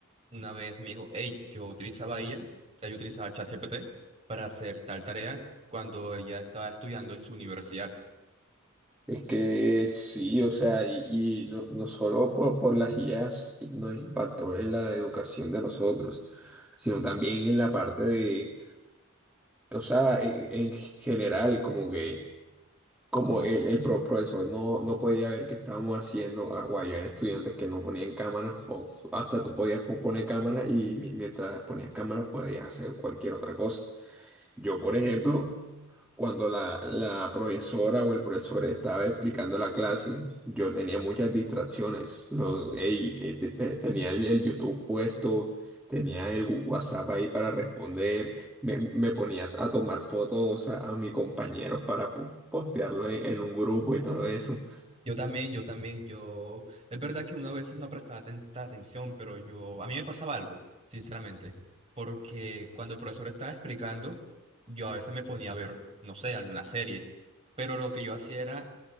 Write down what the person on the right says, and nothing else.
una vez me dijo, hey, yo utilizaba IA, o sea, yo utilizaba ChatGPT para hacer tal tarea cuando ella estaba estudiando en su universidad.
Yo también, yo también, yo... Es verdad que una veces no prestaba tanta atención, pero yo... A mí me pasaba algo, sinceramente, porque cuando el profesor estaba explicando, yo a veces me ponía a ver, no sé, alguna serie, pero lo que yo hacía era